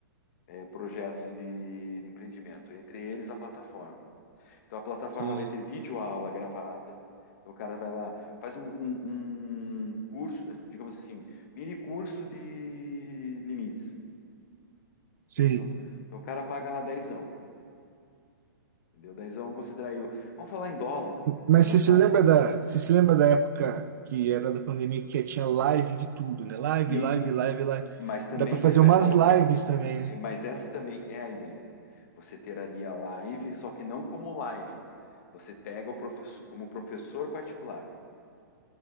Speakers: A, on the left; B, on the right.
A: eh, projetos de, de empreendimento, entre eles a plataforma. Então, a plataforma
B: Sim.
A: vai ter videoaula gravada. Então, o cara vai lá, faz um, um- um curso, eh, digamos assim, mini curso de limites,
B: Sim.
A: entendeu? Então, o cara paga lá dezão, entendeu? Dezão, vamos considerar aí, vamos falar em dólar, e para
B: Mas
A: nossa,
B: você se lembra da, você se lembra da época que era da pandemia que tinha live de tudo, né? Live,
A: e
B: live, live, live.
A: mas também
B: Dá para fazer
A: vai, vai
B: umas
A: colocar.
B: lives também, né?
A: é, Mas essa também é a ideia. Você ter ali a live, só que não como live. Você pega o professor como professor particular,